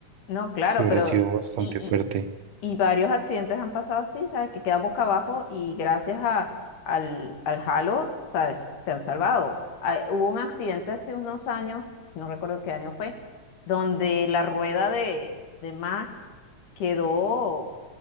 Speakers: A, on the left; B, on the right.
A: No, claro,
B: que hubiera
A: pero...
B: sido bastante
A: Y,
B: fuerte.
A: y, y varios accidentes han pasado así, ¿sabes? Que queda boca abajo y gracias a, al, al halo, ¿sabes? Se han salvado. Ah, hubo un accidente hace unos años, no recuerdo qué año fue, donde la rueda de, de Max quedó